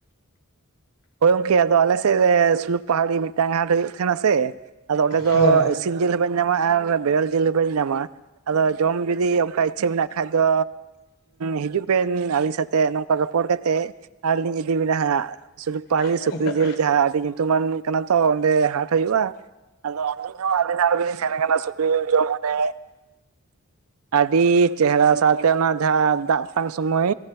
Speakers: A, on the right (about 80°); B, on the left (about 80°).
A: ᱦᱳᱭ ᱜᱚᱢᱠᱮ ᱟᱫᱚ ᱟᱞᱮ ᱥᱮᱫ ᱨᱮ ᱥᱩᱞᱩᱠ ᱯᱟᱦᱟᱲᱤ ᱢᱤᱫᱴᱟᱝ ᱦᱟᱴ ᱦᱩᱭᱩᱜ ᱛᱟᱦᱮᱱᱟ ᱥᱮ ᱟᱫᱚ ᱚᱸᱰᱮ ᱫᱚ
B: ᱦᱮᱸ ᱦᱮᱸ
A: ᱤᱥᱤᱱ ᱡᱤᱞ ᱦᱚᱸᱵᱟᱹᱧ ᱧᱟᱢᱟ ᱟᱨ ᱵᱮᱨᱮᱞ ᱡᱤᱞ ᱦᱚᱸᱵᱟᱹᱧ ᱧᱟᱢᱟ ᱟᱫᱚ ᱡᱚᱢ ᱡᱩᱫᱤ ᱚᱱᱠᱟ ᱤᱪᱪᱷᱟᱹ ᱢᱮᱱᱟᱜ ᱠᱷᱟᱡ ᱫᱚ ᱦᱤᱡᱩᱜ ᱵᱮᱱ ᱟᱹᱞᱤᱧ ᱥᱟᱛᱮᱜ ᱱᱚᱝᱠᱟ ᱨᱚᱯᱚᱲ ᱠᱟᱛᱮᱮᱫ ᱟᱨᱞᱤᱤᱧ ᱤᱫᱤ ᱵᱮᱱᱟ ᱦᱟᱸᱜ ᱥᱩ ᱯᱟᱦᱟᱞᱞᱤ
B: ᱦᱮᱸ
A: ᱥᱩᱠᱨᱤ
B: ᱮᱠᱟᱞ
A: ᱡᱤᱞ ᱡᱟᱦᱟᱸ ᱟᱹᱰᱤ ᱧᱩᱛᱩᱢᱟᱱ ᱠᱟᱱᱟ ᱛᱚ ᱚᱸᱰᱮ ᱦᱟᱴ ᱦᱩᱭᱩᱜᱼᱟ ᱟᱫᱚ ᱟᱹᱞᱤᱧ ᱦᱚᱸ ᱟᱹᱰᱤ ᱫᱷᱟᱟᱱ ᱜᱮᱧ ᱥᱮᱱ ᱠᱟᱱᱟ ᱥᱩᱠᱨᱤ ᱡᱚᱢ ᱨᱮ ᱟᱹᱰᱤ ᱪᱮᱦᱨᱟ ᱥᱟᱶᱛᱮ ᱚᱱᱟ ᱡᱟᱦᱟᱸ ᱫᱟᱜ ᱴᱟᱝ ᱥᱚᱢᱚᱭ